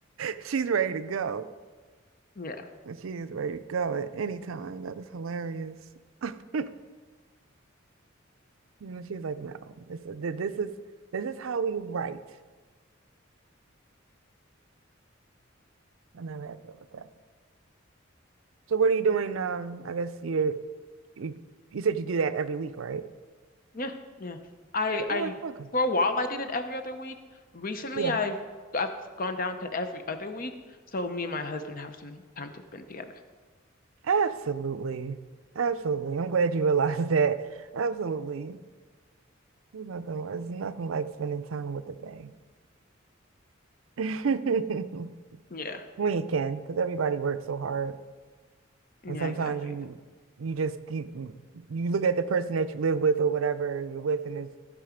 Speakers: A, on the right; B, on the left.
A: She's ready to go.
B: Yeah,
A: She is ready to go at any time. That was hilarious. <laughs> You know, she's like, no, this th- this is this is how we write. I never had to deal with that. So what are you doing? Um, I guess you're you, you said you do that every week, right?
B: yeah, yeah. I
A: Yeah,
B: I
A: okay.
B: for a while I did it every other week. Recently
A: Yeah,
B: I've I've gone down to every other week, so me and my husband have some time to spend together.
A: Absolutely. Absolutely. I'm glad you realized that. Absolutely. There's nothing, there's nothing like spending time with the thing. <laughs>
B: Yeah,
A: When you can, because everybody works so hard.
B: yeah,
A: And sometimes
B: exactly.
A: you you just keep you look at the person that you live with or whatever you're with, and it's,